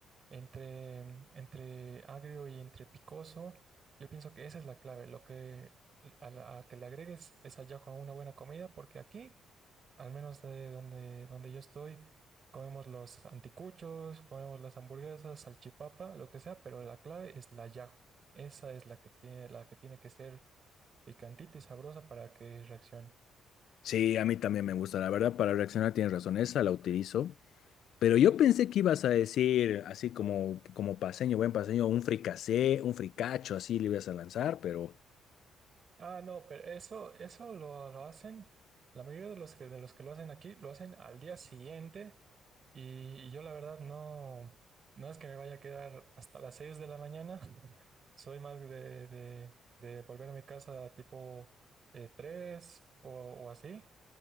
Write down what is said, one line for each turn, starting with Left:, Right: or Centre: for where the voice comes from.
Right: entre, entre agrio y entre picoso. Yo pienso que esa es la clave, lo que a, la- a que le agregues esa yahua a una buena comida, porque aquí. Al menos de donde, donde yo estoy, comemos los anticuchos, comemos las hamburguesas, salchipapa, lo que sea, pero la clave es la yajo. Esa es la que tiene, la que tiene que ser picantita y sabrosa para que reaccione.
Left: Sí, a mí también me gusta, la verdad, para reaccionar tienes razón, esa la utilizo, pero yo pensé que ibas a decir, así como, como paseño, buen paseño, un fricasé, un fricacho, así le ibas a lanzar, pero
Right: Ah, no, pero eso, eso lo, lo hacen, la mayoría de los que, de los que lo hacen aquí, lo hacen al día siguiente y, y yo la verdad no, no es que me vaya a quedar hasta las 6 de la mañana, <laughs> soy más de, de, de volver a mi casa tipo eh, 3 o, o así